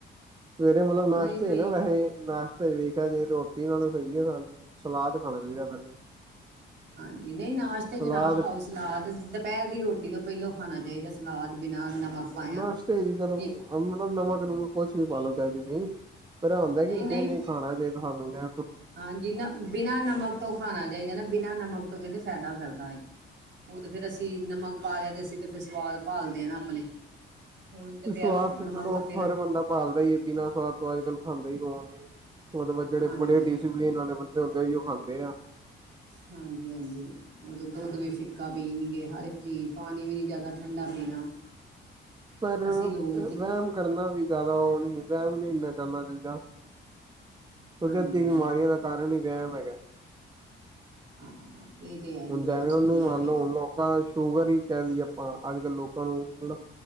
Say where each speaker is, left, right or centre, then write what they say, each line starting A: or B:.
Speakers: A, on the right; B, on the right.
A: ਸਵੇਰੇ ਮਤਲਬ ਨਾਸ਼ਤੇ
B: ਨਹੀਂ ਕਈ
A: ਨਾ ਵੈਸੇ ਨਾਸ਼ਤਾ ਵੇਖਿਆ ਜੇ ਰੋ ਟੀ ਨਾਲ ਸਹੀਏ ਸਾਨ ਸਲਾਦ ਖਾਣਾ ਚਾਹੀਦਾ ਪਹਿਲੇ
B: ਹਾਂਜੀ ਨਹੀਂ ਨਾਸ਼ਤਾ ਚ
A: ਸਲਾਦ
B: ਨਾ ਖਾਓ ਸਲਾਦ ਦੁਪਹਿਰ ਦੀ ਰੋਟੀ ਤੋਂ ਪਹਿਲੋਂ ਖਾਣਾ ਚਾਹੀਦਾ ਸਲਾਦ ਬਿਨਾਂ ਨਮਕ ਪਾਇਆ
A: ਨਾਸ਼ਤੇ ਹੀ ਜ ਚਲੋ
B: ਇੱਕ
A: ਨਮਕ ਨੁੰਮਕ ਕੁਛ ਵੀ ਪਾ ਲਓ ਚਾਹੇ ਤੁਸੀ ਪਰ ਆ ਹੁੰਦਾ
B: ਨਹੀਂ
A: ਕੇ
B: ਨਹੀਂ
A: ਏ ਖਾਣਾ ਚੇ ਤੁਹਾਨੂੰ ਤੇ
B: ਹਾਂਜੀ ਨਾ ਬਿਨਾ ਨਮਕ ਤੋਂ ਖਾਣਾ ਚਾਹੀਦਾ ਨਾ ਬਿਨਾਂ ਨਮਕ ਤੋਂ ਕਹਿੰਦੇ ਫਾਇਦਾ ਕਰਦਾ ਹੈਏ ਉਹ ਤਾਂ ਫਿਰ ਅਸੀਂ ਨਮਕ ਪਾ ਲਿਆ ਅਤੇ ਅਸੀਂ ਤਾਂ ਫਿਰ ਸਵਾਦ ਭਾਲਦੇ ਨਾ ਆਪਣੇ ਹੁਣ
A: ਤੇ
B: ਪਿਆ
A: ਸਵਾਦ
B: ਨਮਕ
A: ਤੇ ਚਲੋ
B: ਤੋਂ ਬਿਨਾਂ
A: ਹਰ ਬੰਦਾ ਭਾਲਦਾ ਹੀ ਹੈ ਬਿਨਾਂ ਸਵਾਦ ਤੋਂ ਅੱਜ ਕੱਲ੍ਹ ਖਾਂਦਾ ਹੀ ਹੋਣ ਉਹਦੇ ਬਾਅਦ ਜਿਹੜੇ
B: ਹਾਂਜੀ
A: ਬੜੇ ਡਿਸਪਲੀਨ ਵਾਲੇ ਬੰਦੇ ਹੁੰਦੇ ਜ ਉਹ ਖਾਂਦੇ ਆ
B: ਹਾਂਜੀ ਹਾਂਜੀ ਉਹਦੇ ਦੁੱਧ ਵੀ ਫਿੱਕਾ ਪੀਣਗੇ ਹਰ ਇੱਕ ਚੀਜ਼ ਪਾਣੀ ਵੀ ਨਹੀਂ ਜ਼ਿਆਦਾ ਠੰਡਾ ਪੀਣਾ
A: ਪਰ
B: ਅਸੀਂ ਲੋਕ ਜੀ-
A: ਵਹਿਮ ਕਰਨਾ ਵੀ ਜ਼ਿਆਦਾ ਉਹ ਨਹੀਂ ਵਹਿਮ ਨੀ ਇਨਾ ਮ ਦੇਦਾ ਕਿਉਂਕਿ
B: ਹਾਂਜੀ
A: ਅੱਧੀ ਬਿਮਾਰੀਆਂ ਦਾ ਕਾਰਨ ਹੀ ਵਹਿਮ ਹੈਗਾ ਕਿਆ
B: ਹਾਂ ਇਹ ਤੇ ਹੈ ਹੀ
A: ਹੁਣ
B: ਹੈ
A: ਦਮ
B: ਵੀ ਤੁਸੀਂ
A: <unintelligible> ਉਹ ਨਹੀਂ
B: ਠੀਕ
A: ਮੰਨ
B: ਹੈ
A: ਲ ਹੁਣ ਲੋਕਾਂ ਚ ਸ਼ੂਗਰ ਹੀ ਕਹਿ ਲਈਏ ਆਪਾਂ ਅੱਜ ਕੱਲ੍ਹ ਲੋਕਾਂ ਨੂੰ ਮਤਲਬ